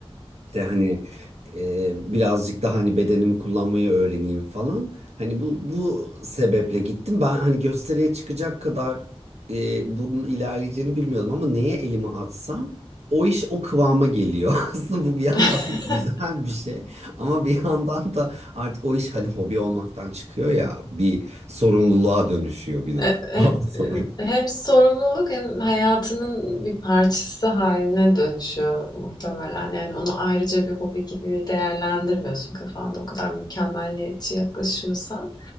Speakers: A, on the right; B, on the left.
A: işte hani e, birazcık daha hani bedenimi kullanmayı öğreneyim falan. Hani bu bu sebeple gittim. Ben hani gösteriye çıkacak kadar e, bunun ilerleyeceğini bilmiyordum ama neye elimi atsam o iş o kıvama geliyor. <laughs> Aslında bu bir yandan
B: <laughs>
A: <laughs> güzel bir şey ama bir yandan da artık o iş hani hobi olmaktan çıkıyor ya bir sorumluluğa dönüşüyor bir noktadan
B: E e
A: sonra.
B: eee, hem sorumluluk hem hayatının bir parçası haline dönüşüyor muhtemelen. Yani onu ayrıca bir hobi gibi değerlendirmiyorsun kafanda o kadar mükemmeliyetçi yaklaşıyorsan.